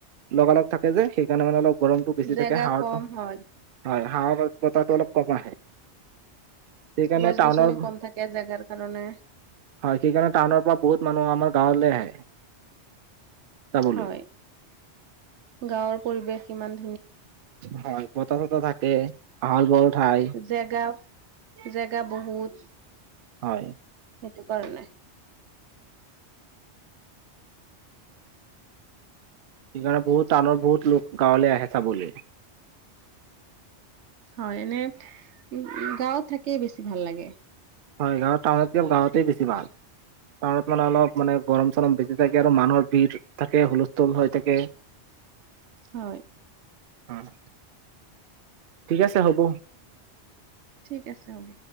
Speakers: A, on the right; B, on the right.
A: লগা লগ থাকে যে সেইকাৰণে মানে অল গৰমটো বেছি
B: জেগা
A: থাকে হাটো
B: কম হয়
A: হয় হা বতাটো অলপ কম আহে সেইকাৰণে
B: গছ
A: টাউনৰ
B: গছনিও কম থাকে জেগাৰ কাৰণে
A: হয় সেইকাৰণে টাউনৰ পৰা বহুত মানুহ আমাৰ গাঁৱলে আহে চাবলৈ
B: হয় গাঁৱৰ পৰিৱেশ কিমান
A: হয় বতাহ ততা থাকে আহল বহল ঠাই
B: জেগা জেগা বহুত,
A: হয়
B: টো কৰা নাই
A: সেইকাৰণে বহুত টানৰ বহুত লোক গাঁৱলৈ আহে চাবলে
B: হয় এনে উ গাঁৱত থাকেই বেছি ভাল লাগে
A: হয় গাঁৱত টাউনতকে গাঁৱতেই বেছি ভাল টাউনত মানে অলপ মানে গৰম চৰম বেছি থাকে আৰু মানুহৰ ভিৰ থাকে হুলস্থুল হৈ থাকে
B: হয়।
A: অ' ঠিক আছে হ'ব
B: ঠিক আছে হ'ব